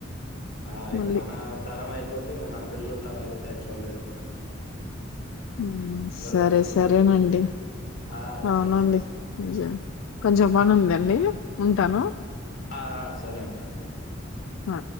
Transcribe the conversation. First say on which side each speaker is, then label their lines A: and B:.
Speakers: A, on the left; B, on the left.
A: ఆ ఇగ
B: మళ్ళీ
A: మన తరం అయిపోతే ఇంగ మన పిల్లల తరాలైతే అయి చూడలేరు కూడా
B: మ్
A: ఇంద్రధనస్సులు
B: సరే సరేనండి.
A: కూడా చూడలేరు. ఆ!
B: అవునండి
A: సరే అండి.
B: నిజమే కొంచం పనుందండి. ఉంటాను
A: ఆ సరే అండి.
B: అ